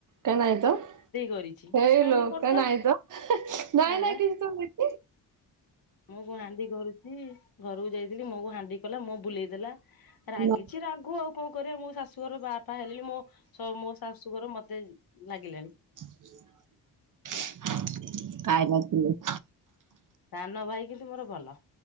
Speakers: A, on the right; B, on the left.
A: କାଇଁ ନାଇଁ ତ
B: କରିଛି
A: ହେଇଲୋ
B: ହାଣ୍ଡି କରିଥାଉ
A: କାଇଁ ନାଇଁ ତ ନାଇଁ
B: ହଁ
A: ନାଇଁ କି <unintelligible>
B: ମୁହଁ କୁ ହାଣ୍ଡି କରୁଚି, ଘରକୁ ଯାଇଥିଲି ମୋ କ ହାଣ୍ଡି କଲା ମୋ ବୁଲେଇ ଦେଲା।
A: ଲୋ
B: ରାଗିଛି ରାଗୁ ଆଉ କଣ କରିବା, ମୋ ଶାଶୁଘର ବାପା ହେଲେଣି ମୋ ମୋ ଶାଶୁଘର ମତେ ଲାଗିଲାଣି।
A: <unintelligible>
B: ସାନ ଭାଇ କିନ୍ତୁ ମୋର ଭଲ,